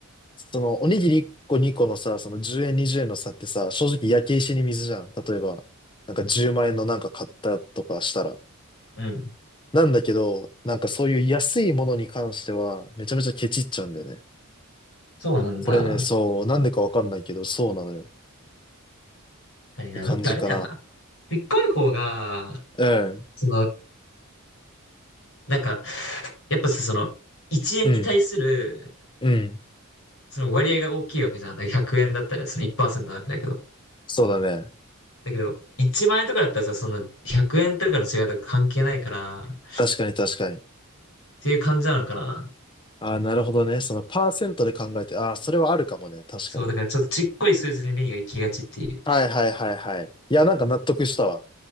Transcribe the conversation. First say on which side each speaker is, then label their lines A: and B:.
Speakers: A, on the left (about 20°); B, on the left (about 75°).
A: その、おにぎり1個2個のさ、その10円20円の差ってさ、正直焼け石に水じゃん。例えば、なんか10万円のなんか買ったとかしたら。
B: うん。
A: なんだけど、なんかそういう安いものに関しては、めちゃめちゃケチっちゃうんだよね。
B: そうなんだ。
A: これね、そう、なんでかわかんないけど、そうなのよ。っ
B: 確かにな。
A: て感じかな。
B: なんかあれだよな。でっかい方が、
A: うん。
B: その、なんか、やっぱさ、その、1円に対する、
A: うん。うん。
B: その割合が大きいわけじゃん。だから100円だったら、そのいちパーセントなわけだけど。
A: そうだね。
B: だけど、1万円とかだったらさ、その100円とかの違いとか関係ないから、っ
A: 確かに確かに。
B: ていう感じなのかな。
A: ああ、なるほどね。そのパーセントで考えて、ああ、それはあるかもね。確かに。
B: そう、だからちょっとちっこい数字に目が行きがちっていう。
A: はいはいはいはい。いや、なんか納得したわ。